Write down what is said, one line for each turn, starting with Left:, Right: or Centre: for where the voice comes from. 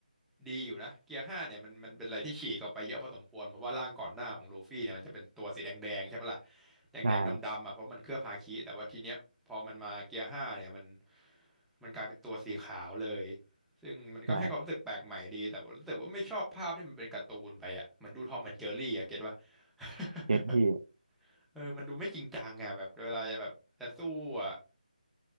Centre: ดีอยู่นะเกียร์ห้าเนี่ยมันมันเป็นอะไรที่ฉีกออกไปเยอะพอสมควรเพราะว่าร่างก่อนหน้าของลูฟี่เนี่ยมันจะเป็นตัวสีแดงๆใช่ปะล่ะแดงๆดำๆอ่ะเพราะมันเคลือบฮาคิแต่ว่าทีเนี้ยพอมันมาเกียร์ห้าเนี่ยมัน
Right: ใช่
Centre: มันกลายเป็นตัวสีขาวเลยซึ่งมันก็ให้ความรู้สึกแปลกใหม่ดีแต่ว่ารู้สึกว่าไม่ชอบภาพที่มันเป็นการ์ตูนไปอ่ะเหมือนดูทอมแอนด์เจอรี่อ่ะเก็ตป่ะ
Right: ใช่
Centre: <laughs>
Right: เจ็ดพี่
Centre: เออมันดูไม่จริงจังอ่ะแบบเวลาจะแบบจะสู้อ่ะ